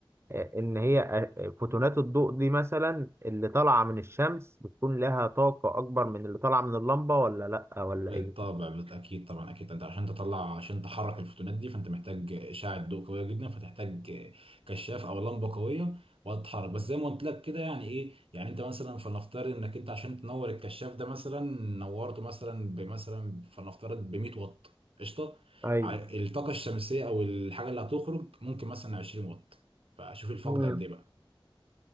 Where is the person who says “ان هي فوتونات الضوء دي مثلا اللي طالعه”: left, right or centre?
Right